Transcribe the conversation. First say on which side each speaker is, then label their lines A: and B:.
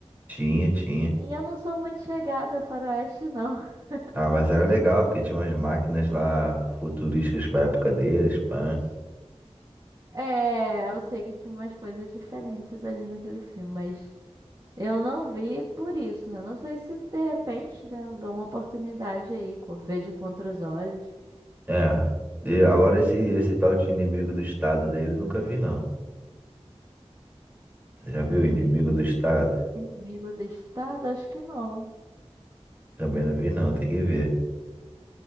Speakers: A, on the right; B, on the right.
A: Tinha, tinha.
B: E eu não sou muito chegada a faroeste, não. <laughs>
A: Ah, mas era legal, porque tinha umas máquinas lá futurísticas pra época deles, pã.
B: É, eu sei que tinha umas coisas diferentes ali naquele filme, mas eu não vi por isso, né? Não sei se de repente, né, eu dou uma oportunidade aí, co- vejo contra os olhos,
A: É. E agora esse, esse tal de inimigo do estado dele, nunca vi, não. Você já viu
B: inimigo.
A: Inimigo do Estado?
B: Inimigo listado? Acho que não.
A: Também não vi não, tem que ver.